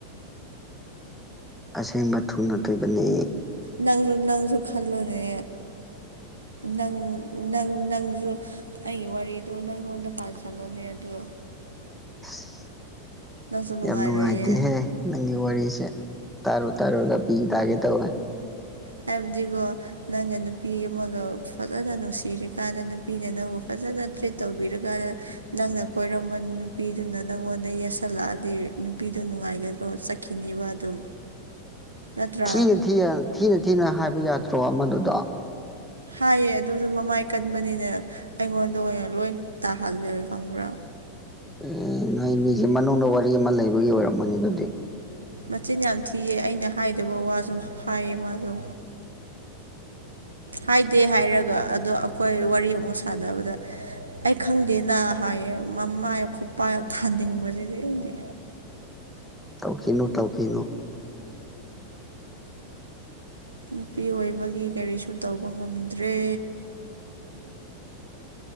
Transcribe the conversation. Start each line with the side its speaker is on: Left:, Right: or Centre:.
Centre: ꯑꯁꯦꯡꯕ ꯊꯨꯡꯅꯈꯤꯕꯅꯦ
Right: ꯅꯪꯖꯨ ꯅꯪꯖꯨ ꯈꯜꯂꯣꯅꯦ ꯅꯪ ꯅꯪ ꯅꯪꯖꯨ ꯑꯩꯒꯤ ꯋꯥꯔꯤꯗꯣ ꯅꯪꯉꯣꯟꯗ ꯄꯥꯟꯁꯜꯂꯣꯅꯦ ꯑꯗꯣ
Centre: ꯑꯁ
Right: ꯅꯪꯁꯨ ꯅꯨꯡꯉꯥꯏꯔꯣꯏꯌꯦ
Centre: ꯌꯥꯝ ꯅꯨꯡꯉꯥꯏꯇꯦꯍꯦ ꯅꯪꯒꯤ ꯋꯥꯔꯤꯁꯦ ꯇꯥꯔꯨ ꯇꯥꯔꯨꯔꯒ ꯄꯤ ꯇꯥꯒꯦ ꯇꯧꯋꯦ
Right: ꯍꯥꯏꯕꯗꯤꯒꯣ ꯅꯪꯅ ꯅꯨꯄꯤ ꯑꯃꯒ ꯐꯖꯅ ꯅꯨꯡꯁꯤꯔꯤꯀꯥꯟꯗ ꯅꯨꯄꯤꯅ ꯅꯪꯕꯨ ꯐꯖꯅ ꯇ꯭ꯔꯤꯠ ꯇꯧꯕꯤꯔꯀꯥꯟꯗ ꯅꯪꯅ ꯀꯣꯏꯔꯝꯕ ꯅꯨꯄꯤꯗꯨꯅ ꯅꯪꯉꯣꯟꯗ ꯌꯦꯁꯜꯂꯛꯑꯗꯤ ꯅꯨꯄꯤꯗꯣ ꯅꯨꯡꯉꯥꯏꯒꯗ꯭ꯔꯣ ꯀꯤꯅꯤꯕ ꯑꯗꯨꯝ ꯅꯠꯇ꯭ꯔꯥ
Centre: ꯊꯤꯅ ꯊꯤ ꯊꯤꯅ ꯊꯤꯅ ꯍꯥꯏꯕ ꯌꯥꯗ꯭ꯔꯣ ꯑꯃꯗꯨꯗ
Right: ꯍꯥꯏꯌꯦ ꯑꯗꯨꯁꯨ ꯃꯃꯥꯏ ꯀꯟꯕꯅꯤꯅ ꯑꯩꯉꯣꯟꯗ ꯑꯣꯏꯅ ꯂꯣꯏ ꯇꯥꯍꯜꯂꯦ ꯈꯪꯕ꯭ꯔꯥ
Centre: ꯑꯦ ꯅꯣꯏ ꯅꯤꯁꯦ ꯃꯅꯨꯡꯗ ꯋꯥꯔꯤ ꯑꯃ ꯂꯩꯕꯒꯤ ꯑꯣꯏꯔꯝꯃꯅꯤ ꯑꯗꯨꯗꯤ
Right: ꯃꯆꯤꯟ ꯌꯥꯝ ꯊꯤꯌꯦ ꯑꯩꯅ ꯍꯥꯏꯗꯕ ꯋꯥꯁꯨ ꯍꯥꯏꯌꯦ ꯃꯥꯗꯣ ꯍꯥꯏꯗꯦ ꯍꯥꯏꯔꯒ ꯑꯗꯣ ꯑꯩꯈꯣꯏ ꯋꯥꯔꯤ ꯑꯃꯨꯛ ꯁꯥꯟꯅꯕꯗ ꯑꯩ ꯈꯪꯗꯦꯅ ꯍꯥꯏꯌꯦ ꯃꯃꯥ ꯈꯨꯄꯥꯛ ꯊꯥꯅꯤꯡꯕꯁꯤꯗꯤ ꯑꯩꯗꯤ
Centre: ꯇꯧꯈꯤꯅꯨ ꯇꯧꯈꯤꯅꯨ
Right: ꯅꯨꯄꯤ ꯑꯣꯏꯕꯒꯤ ꯀꯔꯤꯁꯨ ꯇꯧꯕ ꯉꯝꯗ꯭ꯔꯦ